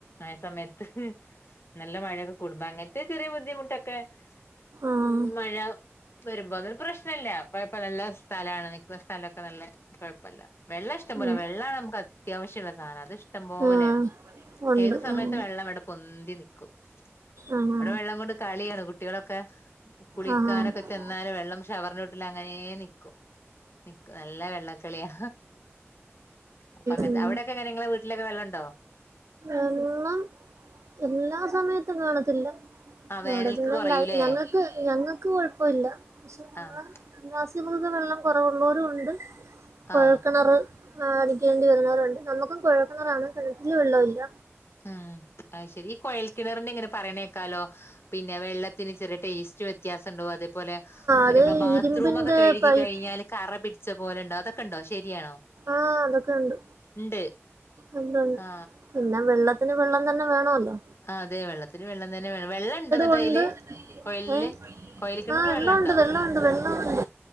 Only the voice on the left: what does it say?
ആയ സമയത്ത് നല്ല മഴയൊക്കെ കൂടുമ്പോ അങ്ങത്തെ ചെറിയ ബുദ്ധിമുട്ടൊക്കെ
ഉം മഴ വെരുമ്പോ അതൊരു പ്രശ്നല്ല കൊഴപ്പല്ല നല്ല സ്ഥലാണ് നിക്ക്വ സ്ഥലൊക്കെ നല്ലെ കൊഴപ്പല്ല വെള്ളം ഇഷ്ടം
പോലെ വെള്ളാണ് അമ്മക്കത്യാവശ്യൊള്ള സാനാ അത് ഇഷ്ടം പോലെണ്
ഏത് സമയത്തും
വെള്ളം ഇവടെ പൊന്തി നിക്കും
ഇവടെ വെള്ളം കൊണ്ട് കളിയാണ് കു ട്ടികളൊക്കെ കു കുളിക്കാനൊക്കെ
ചെന്നാലും വെള്ളം ഷവറ്ന്റോട്ടിലങ്ങനേ നിക്കും നിക്ക നല്ല വെള്ളക്കളിയാ അപ്പങ്ങത്തെ
അവടെ ക്കങ്ങനെ ഇങ്ങളെ വീട്ട്ലൊക്കെ വെള്ളണ്ടോ
ആ വേനൽക്ക്
കൊറയൂലേ
ആഹ്
ആ
ഉം അയ് ശരി ഈ കൊഴൽ കിണറിന്ങ്ങനെ പറയണേക്കാലോ പിന്നെ വെള്ളത്തിന് ചെറിയ ടേസ്റ്റ് വ്യ ത്യാസണ്ടാവും അതേപോലെ ആഹ് പിന്നെ
അമ്മളെ ബാത്റൂമൊക്കെ
കെഴുകി
കഴിഞ്ഞാല് കറ പിട് ച്ച പോലെണ്ടാവും അതൊക്കണ്ടോ ശരിയാണോ
ഇണ്ട്
ആ
ആഹ് അതെ വെള്ളത്തിന് വെള്ളം തന്നെ വേണം വെള്ളണ്ടോ ന്ന്ട്ടയില്
കൊഴല്ല്
കൊഴല് കിണറ്ൽ
വെള്ളണ്ടോ